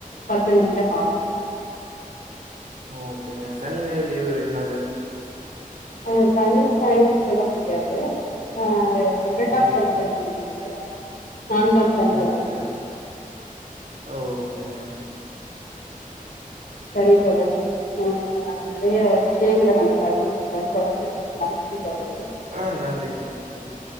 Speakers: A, on the left (about 85°); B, on the right (about 70°).
A: பத்து நிமிடம் ஆகு
B: ஓகேங்க சனி ஞாயிறு லீவு ரெண்டு நாளு
A: அ சனி ஞாயிரு சொல்ல முடியாது ஆ இரண்டாம்
B: ஓகேங்க,
A: சனிக்கிழம லீவு நான்காம் சனிக்கிழம
B: ஓகேங்க,
A: லீவு
B: ஓகேங்க
A: சரி தோழரே நம்ப நிறைய விஷயங்கள நம்ப பகிர்ந்துகிட்டோ தொடர்ந்து பேசலா நன்றி தோழரே
B: ஆ நன்றிங்க நன்றி